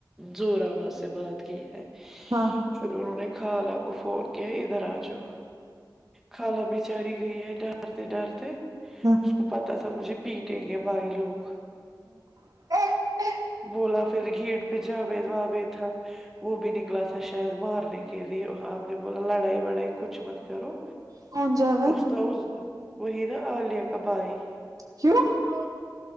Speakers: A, in the centre; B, on the right (about 50°).
A: زور آواز سے بات کی ہے
B: <unintelligible> ہاں <unintelligible>
A: پھر انہوں نے خالہ کو فون کیا ادھر آ جو کالا بچاری گئی ہے ڈرتے ڈرتے
B: ہاں
A: اس کو پتا تھا مجھے پیٹیں گ بھائی لوگ
B: <unintelligible> ایک ایک <unintelligible>
A: بولا پھر گیٹ پہ جاوے داوے تھا وہ بھی نکلا تھا شاید مارنے کے لیے ہم نے بولا لڑائی وڑائی کچھ مت کرو
B: کون جاوید
A: استا وہی نا آلیہ کبھائی
B: کی ہ